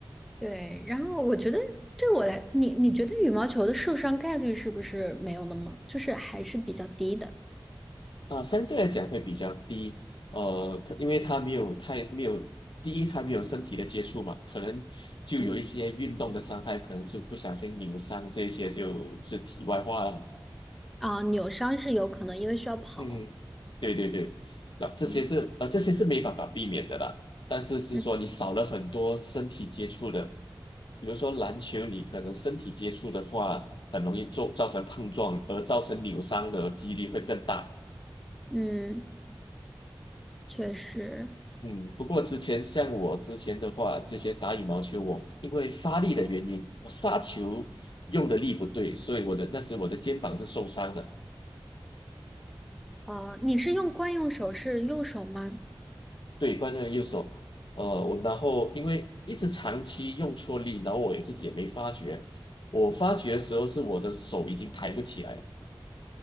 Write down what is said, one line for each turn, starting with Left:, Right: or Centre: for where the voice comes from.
Centre: 对，然后我觉得对我来，你你觉得羽毛球的受伤概率是不是没有那么，就是还是比较低的？
Left: 啊、相对来讲会比较低，呃，可因为他没有太没有第一，它没有身体的接触嘛，可能就有一些运动的伤害，
Centre: 嗯。
Left: 可能是不小心扭伤，这些就是题外话了。
Centre: 啊，扭伤是有可能，因为需要跑。
Left: 嗯，对对对，那这些是呃这些是没办法避免的啦，
Centre: 嗯
Left: 但是是说你少了很多身体接触的，
Centre: 嗯
Left: 比如说篮球，你可能身体接触的话，很容易做造成碰撞，而造成扭伤的几率会更大。
Centre: 嗯，确实。
Left: 嗯，不过之前像我之前的话，这些打羽毛球，我因为发力的原因，我杀球用的力不对，所以我的那时我的肩膀是受伤的。
Centre: 啊，你是用惯用手是右手吗？
Left: 对，惯用的右手，呃，我然后因为一直长期用错力，然后我也自己也没发觉。我发觉的时候是我的手已经抬不起来了